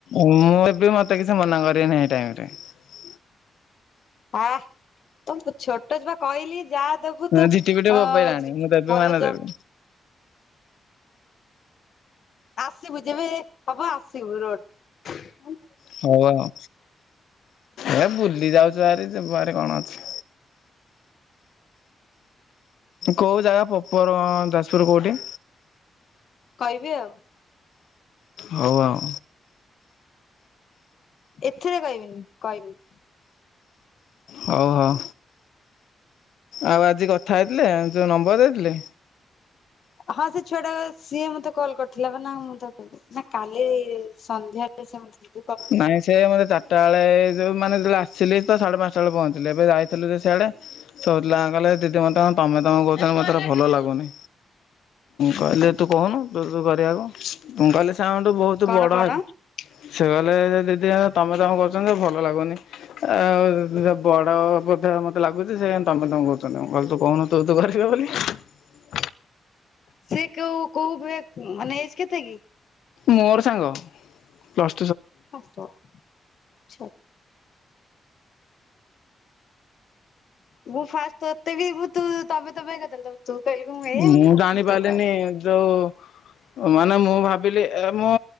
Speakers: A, on the left; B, on the left.
A: ମୁଁ ଏବେ ମତେ କିଛି ମନା କରିଵେନି ଏ ଟାଇମରେ ।
B: ହ ତ ଛୋଟ ତୁବା କହିଲି ଯା ଦେବୁ ତ
A: ଝିଟି ପିଟି
B: ଅ-
A: ବୋବେଇଲାଣି ମୁଁ ଦେବି
B: ଭଲ
A: ମାନେ
B: ଯବ
A: ଦେବି।
B: ଆସିବୁ ଯେବେ ହବ ଆସିବୁ ରୋଡ ।
A: ହଉ ଆଉ ଏ ବୁଲି ଯାଉଛି । ଜାରି ଯିବା ହାରି କଣ ଅଛି। କେଉଁ ଜାଗା ପ୍ରପର ଯାଜପୁର କୋଉଠି?
B: କହିବି ଆଉ ।
A: ହଉ ଆଉ
B: ଏଥିରେ କହିବିନି କହିବି।
A: ହଉ ହଉ। ଆଉ ଆଜି କଥା ହେଇଥିଲେ ଯୋଉଁ ନମ୍ବର ଦେଇଥିଲି?
B: ହଁ ସେ ଛୁଆ ଟା ସିଏ ମତେ କଲ୍ କରିଥିଲା ବା ନା ମୁଁ ତ କହିଲି ନା କାଲି ସନ୍ଧ୍ୟା ଛନ୍ତି।
A: ନାଇଁ ସେ ମତେ ଚାରିଟା ବେଳେ ଯୋଉଁ ମାନେ ବେଳେ ଆସିଲି ତ ସାଢେ ପାଞ୍ଚଟ ବେ ପହଞ୍ଚିଲି ଏବେ ଯାଇଥିଲୁ ସେ ସିଆଡେ ସରିଲା କହିଲା ଦିଦି ମତେ କଣ ତମେ ତମେ କହୁ ମତରେ ଭଲ ଲାଗୁନି କହିଲେ ତୁ କହୁନୁ ତୁ କରିବାକୁ । କଙ୍ଗାଲି ସାଉଣ୍ଡ ବହୁତ
B: କଣ
A: ବଡ
B: କଣ
A: ସେ ଦିଦି ତମେ ତାମ କରଛନ୍ତି ଭଲ ଲାଗୁନି ଆଉ ବଡ ହବ । ଲାଗୁଛି ସେ ତମେ ତମେ କହୁଛନ୍ତିଁ କହିଲ ତୁ କହୁନୁ ତୁ ତୁ କହୁନୁ ବୋଲି ।
B: ସେ କଉ କୋଉଁ ମାନେ ଏଜ କେତେ କି?
A: ମୋର ସାଙ୍ଗ ପ୍ଲ୍
B: ଆ ସତ ସ ମୁ ଫାଷ୍ଟ ତତେ ବି ତୁ ତମେ ତମେ କରିଦେଲି ତୁ କହିଲୁ କି ଏଇଆ
A: ମୁଁ
B: କହିଲି
A: ଜାଣିପାରିଲିନି
B: ତତେ ତୁ କହିଲୁ
A: ଯୋଉଁ ମାନେ ମୁଁ ଭାବ ବିଲ ମୁଁ